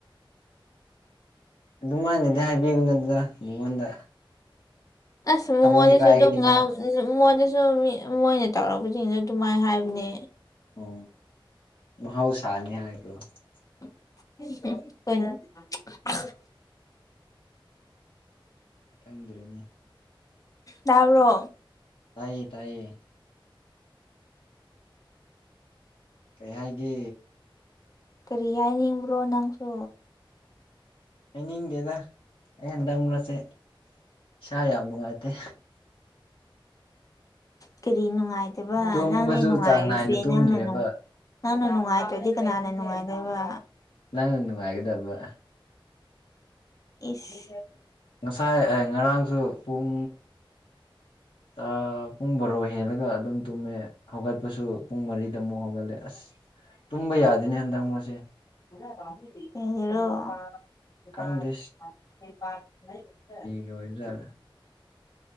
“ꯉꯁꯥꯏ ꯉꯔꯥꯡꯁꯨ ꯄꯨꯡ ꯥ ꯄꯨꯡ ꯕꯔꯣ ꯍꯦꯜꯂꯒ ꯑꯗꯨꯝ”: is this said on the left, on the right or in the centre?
Left